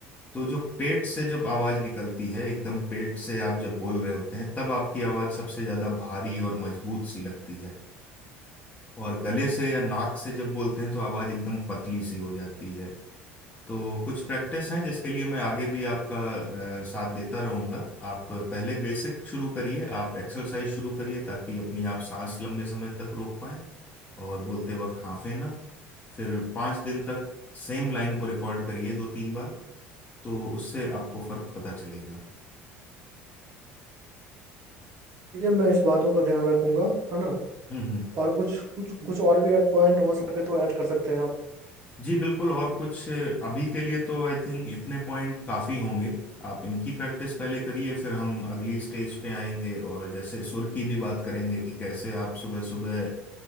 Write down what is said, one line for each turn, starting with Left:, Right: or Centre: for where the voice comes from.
Left: तो जो पेट से जब आवाज निकलती है एकदम पेट से आप जब बोल रहे होते हैं तब आपकी आवाज सबसे ज्यादा भारी और मजबूत सी लगती है और गले से या नाक से जब बोलते हैं तो आवाज एकदम पतली सी हो जाती है तो कुछ प्रैक्टिस हैं जिसके लिए मैं आगे भी आपका अ, साथ देता रहूंगा आप पहले बेसिक शुरू करिए आप एक्सरसाइज शुरू करिए ताकि अपनी आप सांस लंबे समय तक रोक पाए और बोलते वक्त हांफे ना फिर पाँच दिन तक सेम लाइन को रिकॉर्ड करिए दो तीन बार तो उससे आपको फर्क पता चलेगा
Right: ये मैं इस बातों का ध्यान रखूंगा है ना
Left: हम्म हम्म
Right: और कुछ कुछ कुछ और भी ऐड पॉइंट हो सके तो ऐड कर सकते हैं आप
Left: जी बिल्कुल और कुछ अभी के लिए तो आई थिंक इतने पॉइंट काफी होंगे आप इनकी प्रैक्टिस पहले करिए फिर हम अगली स्टेज पे आएंगे और जैसे सुर की भी बात करेंगे कि कैसे आप सुबह सुबह